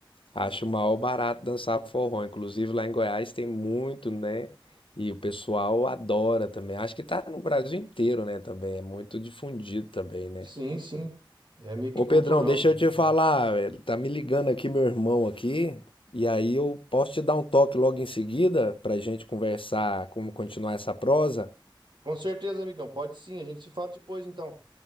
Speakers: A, on the left; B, on the right.
A: acho o maior barato dançar forró. Inclusive lá em Goiás tem muito, né? E o pessoal adora também. Acho que tá no Brasil inteiro, né, também. É muito difundido também, né?
B: Sim, sim. É meio que
A: Ô
B: cultural
A: Pedrão, deixa
B: mesmo,
A: eu te falar,
B: né?
A: eh, tá me ligando aqui meu irmão aqui, e aí eu posso te dar um toque logo em seguida pra gente conversar como continuar essa prosa?
B: Com certeza, amigão. Pode sim, a gente se fala depois, então.